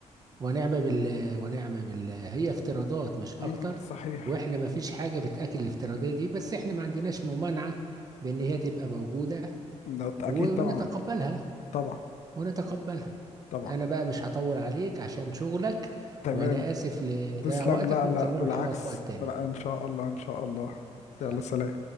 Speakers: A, on the right; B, on the left.
A: ونعم بالله ونعم بالله هي افتراضات مش اكتر
B: امم صحيح
A: واحنا ما فيش حاجة بتأكل الافتراضية دي بس احنا ما عندناش ممانعة بان هي تبقى موجودة
B: ده اكيد
A: ونتقبلها
B: طبعا طبعا
A: ونتقبلها
B: طبعا
A: انا بقى مش هطول عليك عشان شغلك
B: تمام
A: وانا اسف لضيع
B: تسلم
A: وقتك
B: لا
A: ونكملوا
B: لا بالعكس
A: الحوار في وقت تاني
B: لا ان شاء الله ان شاء الله
A: يلا
B: يلا سلام